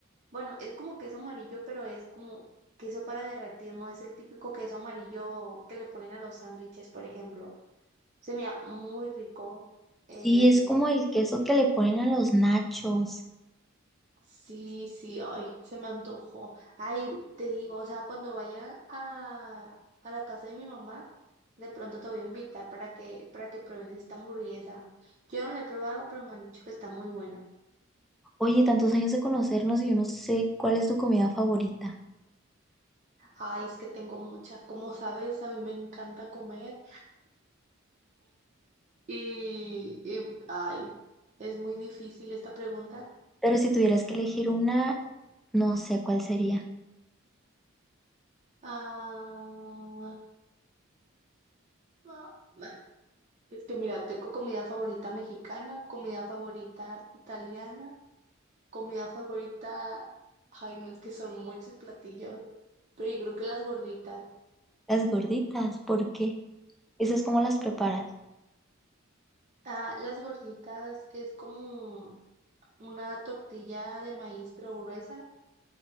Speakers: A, on the right (about 35°); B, in the centre.
A: Bueno, es como queso amarillo, pero es como queso para derretir, no es el típico queso amarillo que le ponen a los sándwiches, por ejemplo. Se mira muy rico. eh,
B: Sí, es como el queso que le ponen a los nachos.
A: Sí, sí, ay, se me antojó. Ay, te digo, o sea, cuando vaya a, a la casa de mi mamá, de pronto te voy a invitar para que, para que pruebes esta hamburguesa. Yo no la he probado, pero me han dicho que está muy buena.
B: Oye, tantos años de conocernos y yo no sé cuál es tu comida favorita.
A: Ay, es que tengo muchas. Como sabes, a mí me encanta comer y, y ay, es muy difícil esta pregunta.
B: Pero si tuvieras que elegir una, no sé cuál sería.
A: Ah, ah, bueno, es que mira, tengo comida favorita mexicana, comida favorita italiana. Comida favorita, ay, no es que son muchos platillos, pero yo creo que las gorditas.
B: Las gorditas, ¿por qué? ¿Esas cómo las preparas?
A: Ah, las gorditas es como una tortilla de maíz pero gruesa